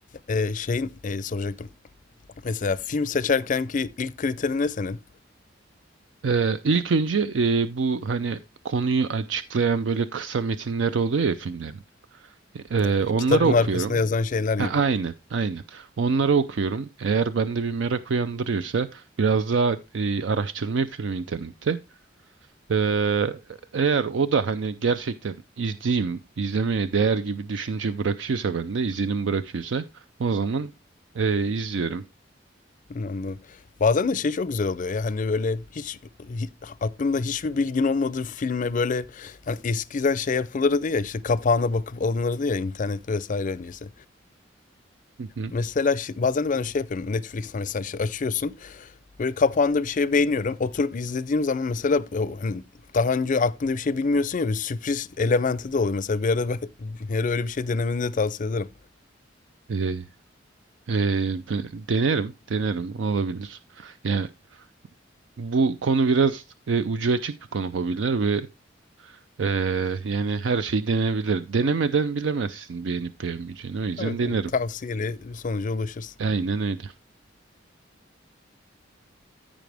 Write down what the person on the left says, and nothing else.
e, şeyin e, soracaktım mesela film seçerken ki ilk kriterin ne senin?
E,
Kitabın Yani
o- arkasında yazan şeyler
gibi.
Hı,
Anladım. Bazen de şey çok güzel oluyor ya hani böyle hiç, hi- aklında hiçbir bilgin olmadığı filme böyle hani eskiden şey yapılırdı ya işte kapağına bakıp alınırdı ya internette vesaire öncesi.
Mesela şi- bazen de ben şey yapıyorum Netflix'te mesela işte açıyorsun böyle kapağında bir şey beğeniyorum oturup izlediğim zaman mesela e, o hani daha önce aklında bir şey bilmiyorsun ya bir sürpriz elementi de oluyor. Mesela bir ara, ben, <laughs> bir ara öyle bir şey denemeni de tavsiye ederim.
Evet,
evet. Tavsiyeli bir sonuca ulaşırsın.